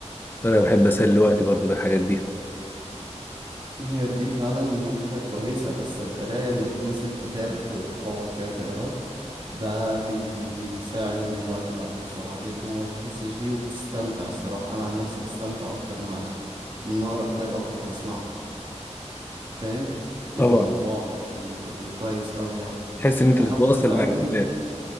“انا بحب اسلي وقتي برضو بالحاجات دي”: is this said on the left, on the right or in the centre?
Left